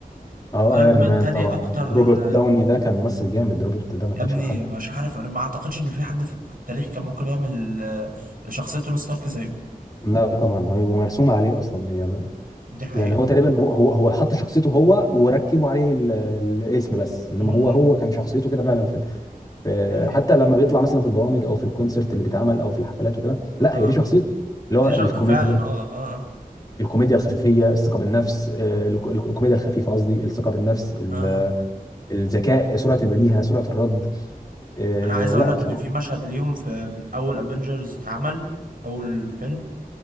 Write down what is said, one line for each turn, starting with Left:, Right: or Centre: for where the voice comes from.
Left: اه
Right: ايرون
Left: ايرون
Right: مان
Left: مان
Right: تاني
Left: طبعا
Right: اكتر
Left: روبرت
Right: آه،
Left: داوني ده كان ممثل جامد روبرت ده ما
Right: يا
Left: كانش
Right: ابني
Left: له حل
Right: مش عارف انا ما اعتقدش ان في حد في التاريخ كان ممكن يعمل آه، شخصية توني ستارك زيه
Left: لا طبعا هو هو مرسوم عليه اصلا هي
Right: دي حقيقة
Left: يعني هو تقريبا هو هو هو حط شخصيته هو وركبوا عليه ال- الاسم بس انما
Right: م-
Left: هو هو
Right: م.
Left: كان شخصيته كده فعلا في في-
Right: دي حقيقة
Left: حتى لما بيطلع مثلا في البرامج او في الكونسرت اللي بيتعمل او في الحفلات وكده لا
Right: اه
Left: هي دي شخصيته اللي
Right: دي
Left: هو الكوميديا
Right: شغ... فعلا اه اه
Left: الكوميديا الخفيفيه الثقه بالنفس آه، الك- الكوميديا الخفيفه قصدي الثقه بالنفس ال-
Right: اه, آه.
Left: الذكاء سرعه البديهه سرعه الرد آه،
Right: انا عايز اقول
Left: لا
Right: لك
Left: بصراحه
Right: ان في مشهد ليهم في اول افنجرز اتعمل اول فيلم